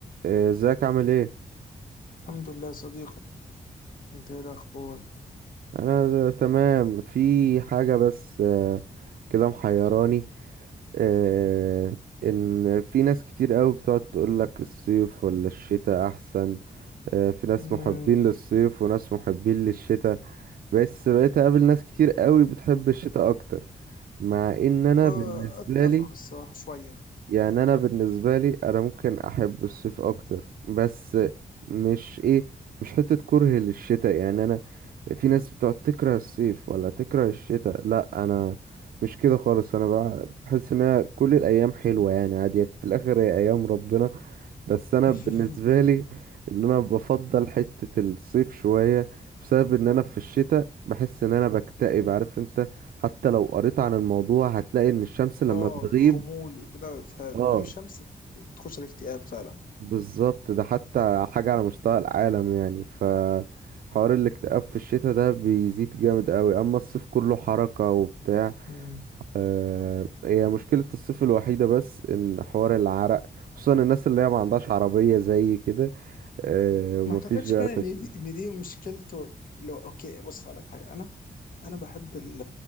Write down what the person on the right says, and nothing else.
إيه، ازيك عامل ايه
انا تمام في حاجة بس آه، كده محيراني آه، ان في ناس كتير قوي بتقعد تقولك الصيف ولا الشتاء احسن آه، في ناس
محبين للصيف وناس محبين للشتاء بس بقيت اقابل ناس كتير قوي بتحب الشتاء اكتر مع ان انا
بالنسبة
لي
يعني انا بالنسبه لي انا ممكن احب الصيف اكتر بس مش ايه مش حته كره للشتاء يعني انا في ناس بتقعد تكره الصيف ولا تكره الشتاء لا انا مش كده خالص انا بقى بحس ان أنا كل الايام حلوه يعني عادي في الاخر هي ايام ربنا بس انا
بالنسبه لي اللي انا بفضل حته الصيف شويه بسبب ان انا في الشتاء بحس ان انا بكتئب عارف انت حتى لو قريت عن الموضوع هتلاقي ان الشمس لما
بتغيب
اه
بالظبط ده حتى حاجة على مستوى العالم يعني ف حوار الاكتئاب في الشتاء ده بيزيد جامد قوي اما الصيف كله حركة وبتاع
آه، هي مشكلة الصيف الوحيدة بس ان حوار العرق خصوصا الناس اللي هي ما عندهاش عربية زي كده آه، ومفيش
بقى
تكييف